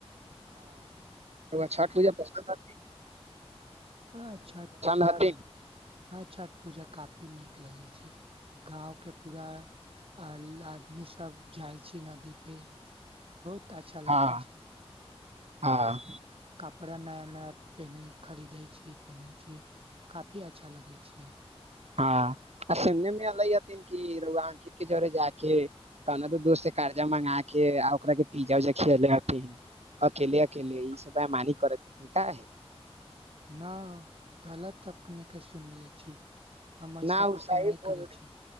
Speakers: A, on the right; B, on the right.
A: हँ त छठ पूजा पसरल की
B: हँ छठ पूजा
A: हथिन
B: काफी हँ छठ पूजा काफी नीक लगै छी गाँव के पूरा आ आदमी सब जायय छी नदीपे बहुत अच्छा लगे
A: हँ
B: छै
A: हँ
B: कपड़ा न पेने खरीदै छी पेनेै छी काफी अच्छा लगै छी
A: हँ आ सुनने मे अलै हथिन कि र अंकित के जरे जा के कहना तऽ दोस्त से कर्जा मंगा के आ ओकरा के पिजा उजा खियले हथिन अकेले अकेले ई सबमानी करैत हथिन का हे
B: न गलत अपने के सुनले छी हम ऐसा
A: न
B: कुछो
A: ओ सी
B: नहि
A: बोल
B: करै छी